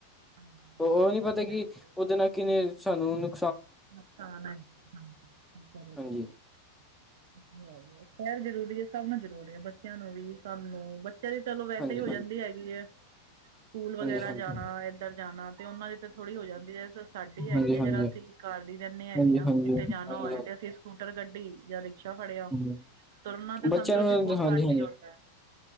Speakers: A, on the right (about 55°); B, in the centre.
A: ਹਾਂਜੀ ਹਾਂਜੀ
B: ਉਹ ਨੀ ਪਤਾ
A: ਇਹ ਤਾਂ
B: ਕਿ,
A: ਹੈ ਹੀ ਹੈ
B: ਉਹਦੇ ਨਾ ਕਿੰਨੇ ਸਾਨੂੰ ਉਹਨੂੰ
A: ਨੁਕਸਾਨ ਐ ਹਾਂਜੀ।
B: ਹਾਂਜੀ,
A: <unintelligible> ਸੈਰ ਜ਼ਰੂਰੀ ਏ। ਸਭ ਨੂੰ ਜ਼ਰੂਰੀ ਐ। ਬੱਚਿਆਂ ਨੂੰ ਵੀ ਸਭ ਨੂੰ ਬੱਚਿਆਂ ਦੀ ਚਲੋ, ਵੈਸੇ
B: ਹਾਂਜੀ,
A: ਈ ਹੋ
B: ਹਾਂਜੀ,
A: ਜਾਂਦੀ ਹੈਗੀ ਐ। ਸਕੂਲ ਵਗੈਰਾ
B: ਹਾਂਜੀ, ਹਾਂਜੀ।
A: ਜਾਣਾ। ਇੱਧਰ ਜਾਣਾ ਤੇ ਉਹਨਾਂ ਦੀ ਤੇ ਥੋੜ੍ਹੀ ਹੋ ਜਾਂਦੀ ਐ। ਫਿਰ ਸਾਡੀ ਹੈਗੀ
B: ਹਾਂਜੀ,
A: ਆ
B: ਹਾਂਜੀ, ਹਾਂਜੀ,
A: ਜਿਹੜਾ ਅਸੀਂ ਘਾਰ ਈ ਰੈਂਨੇ ਹੈਗੇ
B: ਹਾਂਜੀ,
A: ਆ।
B: ਹਾਂਜੀ,
A: ਕਿੱਥੇ ਜਾਣਾ ਹੋਇਆ ਤੇ ਅਸੀਂ ਸਕੂਟਰ, ਗੱਡੀ ਜਾਂ ਰਿਕਸ਼ਾ ਫੜਿਆ।
B: ਹਾਂਜੀ।
A: ਤੁਰਨਾ ਤੇ
B: ਬੱਚਿਆਂ
A: ਸਮਝੋ
B: ਨੂੰ
A: ਅਸੀ ਬਹੁਤ
B: ਹਾਂਜੀ,
A: ਘੱਟ
B: ਹਾਂਜੀ
A: ਈ ਹੁੰਦਾ।